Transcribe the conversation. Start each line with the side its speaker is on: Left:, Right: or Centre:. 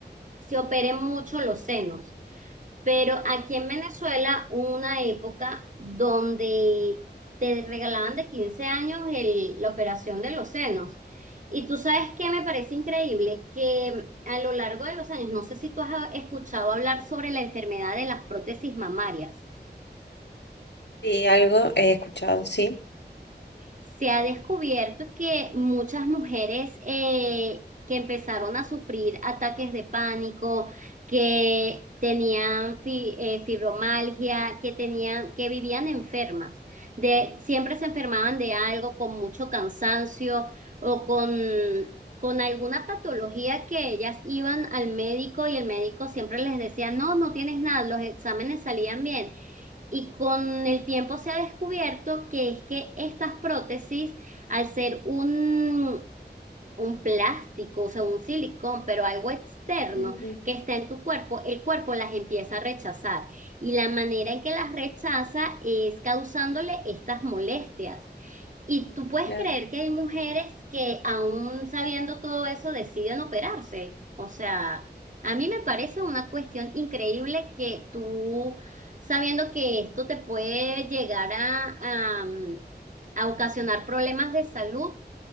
Right: se operen mucho los senos. Pero aquí en Venezuela hubo una época donde te regalaban de 15 años el- la operación de los senos. Y tú sabes que me parece increíble que a lo largo de los años, no sé si tú has escuchado hablar sobre la enfermedad de las prótesis mamarias.
Left: Sí, algo he escuchado, sí.
Right: Se ha descubierto que muchas mujeres eh, que empezaron a sufrir ataques de pánico, que tenían fi- eh, fibromialgia, que tenían, que vivían enfermas, de, siempre se enfermaban de algo con mucho cansancio o con, con alguna patología que ellas iban al médico y el médico siempre les decía, no, no tienes nada, los exámenes salían bien y con el tiempo se ha descubierto que es que estas prótesis, al ser un, un plástico, o sea, un silicón, pero algo externo
Left: Ujú,
Right: que está en tu cuerpo, el cuerpo las empieza a rechazar. Y la manera en que las rechaza es causándole estas molestias. Y tú puedes
Left: Claro.
Right: creer que hay mujeres que aún sabiendo todo eso deciden operarse. O sea, a mí me parece una cuestión increíble que tú, sabiendo que esto te puede llegar a, a, mm, a ocasionar problemas de salud,